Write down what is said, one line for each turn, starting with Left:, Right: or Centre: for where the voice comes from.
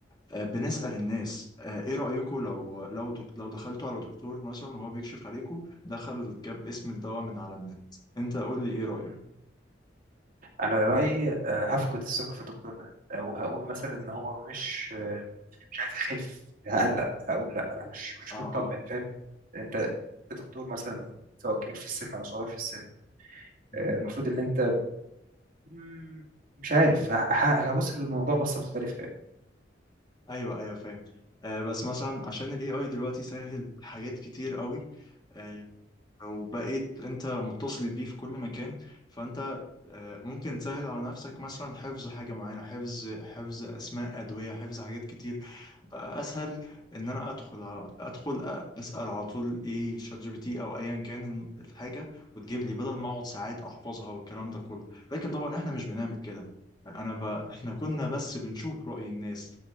Left: آه، بنسأل الناس آه، ايه رأيكم لو لو دك- لو دخلتوا على دكتور مثلا وهو بيكشف عليكم دخل جاب اسم الدواء من على النت انت قول لي ايه رأيك
Right: أم. انا رأيي آه، هفقد الثقة في الدكتور ده آه، وهقول مثلا ان هو مش آه، مش عارف اخاف هقلق هقول لا انا مش مش
Left: اه
Right: مطمن
Left: اه
Right: فاهم انت دكتور مثلا سواء كبير في السن او صغير في السن
Left: م
Right: آه،
Left: -م.
Right: المفروض ان انت مم، مش عارف ه- ه- هبص للموضوع بصة مختلفة
Left: ايوه ايوه فاهم آه بس مثلا عشان الاي اي دلوقتي سهل حاجات كتير قوي آه، وبقيت انت متصل بيه في كل مكان فانت آه، ممكن تسهل على نفسك مثلا حفظ حاجة معينة حفظ حفظ اسماء ادوية حفظ حاجات كتير اسهل ان انا ادخل على ادخل أ- اسال على طول ايه شات جي بي تي او ايا كان الحاجه وتجيب لي بدل ما اقعد ساعات احفظها والكلام ده كله لكن طبعا احنا مش بنعمل كده انا ب... احنا كنا بس بنشوف راي الناس